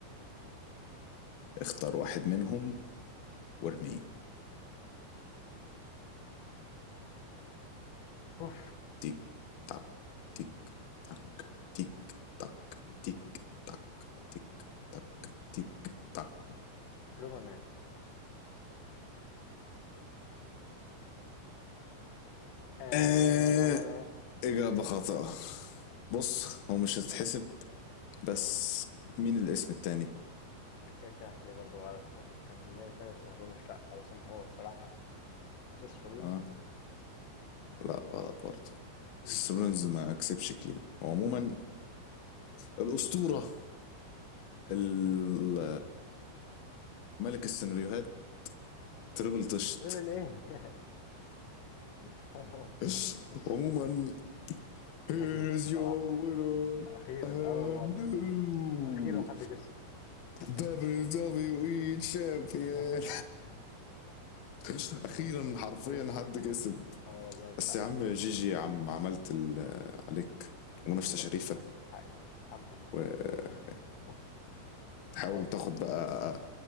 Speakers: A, on the left; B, on the left.
A: اختار واحد منهم وارميه
B: أوف
A: تيك تاك تيك تاك تيك تاك تيك تاك تيك تاك تيك تاك
B: رومان رينز آه
A: آه إجابة خاطئة بص هو مش هتتحسب بس مين الاسم التاني؟
B: كده كده هتلاقيه برضه غلط لأن اللي كان في دماغي تاني بس ما أظنش لأ خلاص إن هو الصراحة سيس رولينز
A: اه لا غلط برضه
B: مهم.
A: سيسرونز ما كسبش كلين وعموما الأسطورة ال- ملك السيناريوهات تريبل طشت
B: ليفل إيه؟ <laughs> آه،
A: <laughs>
B: مش
A: عموما here's
B: هجيبه الصراحة
A: your winner
B: اخيرا
A: and
B: اول مره
A: new
B: اخيرا حد كسب
A: WWE champion
B: <laughs>
A: <laughs> اخيرا حرفيا
B: اخيرا
A: حد
B: والله
A: كسب
B: اه والله
A: بس
B: لا
A: يا عم يا جيجي يا عم عملت ال- عليك
B: بالظبط
A: منافسه شريفه
B: حقيقي الحمد لله
A: ويلا
B: <laughs>
A: تحاول
B: يلا
A: تاخد بقى